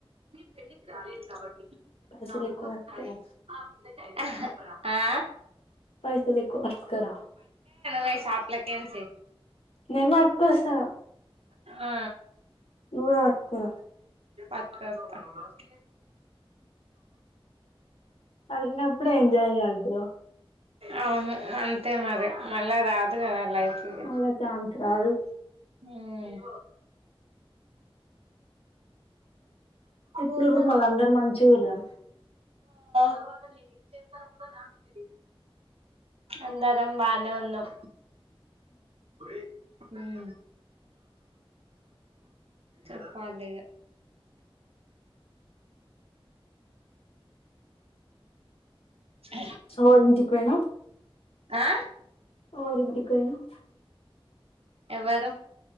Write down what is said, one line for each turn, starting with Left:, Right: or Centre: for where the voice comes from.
Right: <unintelligible>
Left: పైసలు ఎక్కువ పట్టుకరా
Right: ఆహా ఆ.
Left: పైసలె. అస్కర.
Right: లై షాప్లకేల్సి.
Left: నే మాత్కోసా.
Right: ఆ
Left: నువ్వే వడ్కుర.
Right: పట్కోత్త. ఉమ్.
Left: కలిసినప్పుడే ఎంజాయ్ చేయాలి బ్రో
Right: అవును అంతే మరి మళ్ళా రాదు కదా లైఫ్. ఇగ
Left: మళ్ళా ఛాన్స్ రాదు.
Right: ఉమ్.
Left: ఎట్లుర్రు
Right: ఓదగ్
Left: మళ్ళ
Right: ఆ.
Left: అందరు మంచిగుర్రా
Right: మల్లి ఏంచేస్తానో కూడా నాకే తెలీదు.. అందరం బానేవున్నాం. మే ఉమ్ చెప్పాలిగా. అ
Left: ఎవళింటికి పోయినవ్.
Right: ఆ
Left: ఎవరింటికి పోయినవ్.
Right: ఎవరు.